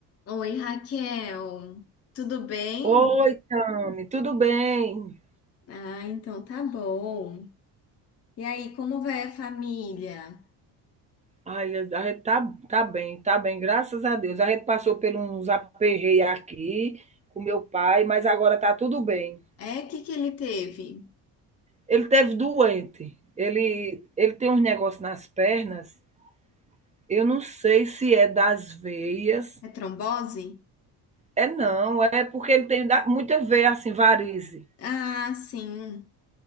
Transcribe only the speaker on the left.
Oi, Raquel, tudo bem?
Ah, então tá bom. E aí, como vai a família?
É, o que que ele teve?
É trombose?
Ah, sim.